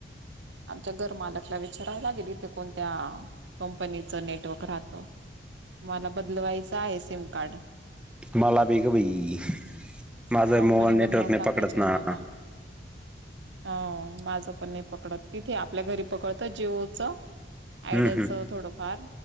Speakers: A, on the right; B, in the centre.
A: आमच्या घर मालकला विचारायला लागेल इथं कोणत्या कंपनीचं नेटवर्क राहतं? मला बदलवायचं आहे सिम कार्ड
B: मला बीगं बाई माझं
A: कंपनी
B: मोबाईल
A: बदलवून
B: नेटवर्क नाही
A: टाकायचे
B: पकडत ना
A: मला अ माझं पण नाही पकडत तिथे आपल्या घरी पकडत जी ओच?
B: हम्म
A: आयडियाचं
B: हम्म
A: थोडंफार